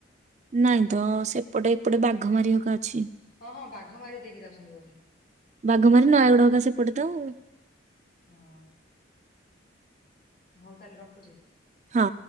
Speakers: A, on the right; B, on the left.
A: ନାଇଁ ତ, ସେପଟେ ଏପଟେ ବାଘମାରୀ ହେକା ଅଛି।
B: ହଁ-ହଁ ବାଘମାରୀ ଦେଇକି ଯାଉଛନ୍ତି ବୋଧେ।
A: ବାଘମାରୀ ନୟାଗଡ଼ ହେକା ସେପଟେ ତ ଆଉ।
B: ହଁ, ହଉ ତାହେଲେ ରଖୁଛି।
A: ହଁ।